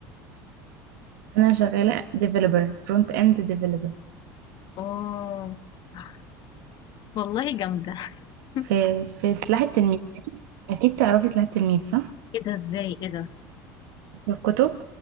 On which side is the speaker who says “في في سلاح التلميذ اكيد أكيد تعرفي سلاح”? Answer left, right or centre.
Right